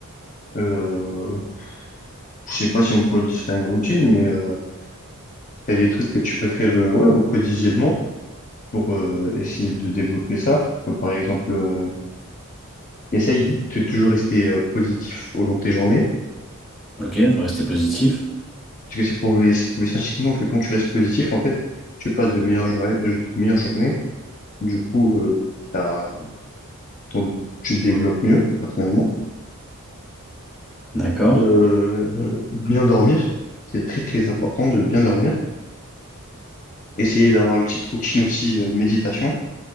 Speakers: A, on the left (about 35°); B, in the centre.
A: euh, je sais pas si on peut dire ça une routine, mais euh, tu as des trucs que tu peux faire euh, ouais, au quotidiennement pour euh, essayer de développer ça. Comme par exemple, euh, essaye de t- toujours rester euh, positif au long de tes journées.
B: Ok, vous restez positif.
A: Parce que c'est prouvé, c'est prouvé scientifiquement que quand tu restes positif, en fait, tu passes de meilleures journées, euh, de meilleures journées. Du coup, euh, t'as, ton, tu te développes mieux, personnellement.
B: D'accord.
A: Euh, bien dormir, c'est très très important de bien dormir. Essayer d'avoir une petite routine aussi, euh, méditation.